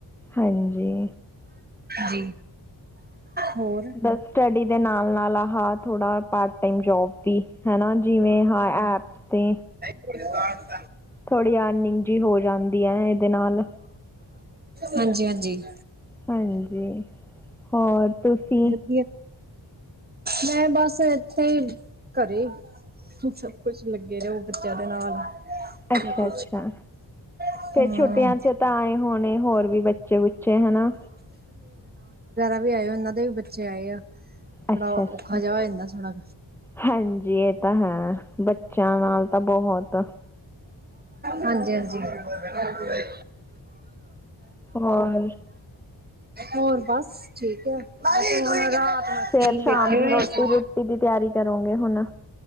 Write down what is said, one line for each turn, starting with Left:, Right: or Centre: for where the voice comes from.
Centre: ਹਾਂਜੀ।
Right: ਜੀ। ਹੋਰ
Centre: ਬਸ ਸਟੱਡੀ ਦੇ ਨਾਲ, ਨਾਲ- ਨਾਲ ਆਹ। ਥੋੜਾ ਪਾਰਟ ਟਾਈਮ ਜੋਬ ਵੀ, ਹਨਾ ਜਿਵੇਂ ਹਾਂ ਐਪਸ ਤੇ।
Right: ਉਹਦੇ ਨਾਲ।
Centre: ਥੋੜੀ ਅਰਨਿੰਗ ਜਿਹੀ ਹੋ ਜਾਂਦੀ ਹੈ ਇਹਦੇ ਨਾਲ।
Right: ਹਾਂਜੀ- ਹਾਂਜੀ।
Centre: ਹਾਂਜੀ। ਹੋਰ ਤੁਸੀਂ?
Right: ਵਧੀਆ ਮੈਂ, ਬਸ ਇੱਥੇ ਘਰੇ ਸਭ ਕੁਛ ਲੱਗੇ ਰਹੋ ਬੱਚਿਆਂ ਦੇ ਨਾਲ।
Centre: ਅੱਛਾ-
Right: ਜਾਂ ਕੁਛ
Centre: ਅੱਛਾ,
Right: ਹਾਂ।
Centre: ਫੇਰ ਛੁੱਟੀਆਂ ਚ ਤਾਂ ਆਏ ਹੋਣੇ ਹੋਰ ਵੀ ਬੱਚੇ- ਬੁੱਚੇ, ਹਨਾ?
Right: ਉਹ ਵੀ ਆਏ ਹੋਏ ਹੈ, ਇਹਨਾਂ ਦੇ ਵੀ ਬੱਚੇ ਆਏ ਆ।
Centre: ਅੱਛਾ-
Right: ਥੋੜਾ
Centre: ਅੱਛਾ
Right: ਔਖਾ ਜਿਹਾ ਹੋ ਜਾਂਦਾ ਥੋੜਾ
Centre: ਹਾਂਜੀ, ਇਹ ਤਾਂ ਹੈ। ਬੱਚਿਆਂ ਨਾਲ ਤਾਂ ਬਹੁਤ।
Right: ਹਾਂਜੀ- ਹਾਂਜੀ। ਹਾਂਜੀ।
Centre: ਹੋਰ
Right: ਹੋਰ ਬਸ। ਠੀਕ ਹੈ ਤੇ ਹੁਣ ਰਾਤ। ਨੂੰ ਅਸੀਂ
Centre: ਫੇਰ
Right: ਬੈਠੇ
Centre: ਸ਼ਾਮ ਦੀ
Right: ਹੋਏ
Centre: ਰੋਟੀ
Right: ਸੀ
Centre: ਰੁਟੀ ਦੀ ਤਿਆਰੀ ਕਰੋਗੇ ਹੁਣ?